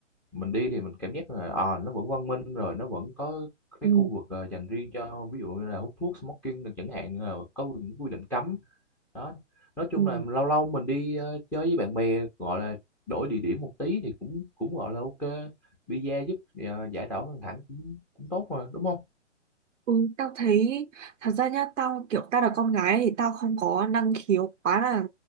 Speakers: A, in the centre; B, on the right (about 85°).
A: mình đi thì mình cảm giác là à, nó vẫn văn minh rồi nó vẫn có cái
B: Ừ.
A: khu vực ờ, dành riêng cho ví dụ như là hút thuốc smoking được chẳng hạn ờ, có những quy định cấm đó nói chung
B: Ừ.
A: là lâu lâu mình đi ờ, chơi với bạn bè gọi là đổi địa điểm một tí thì cũng cũng gọi là ok visa giúp ờ, giải tỏa căng thẳng cũng cũng tốt mà đúng không
B: ừ tao thấy thật ra nhá tao kiểu tao là con gái thì tao không có năng khiếu quá là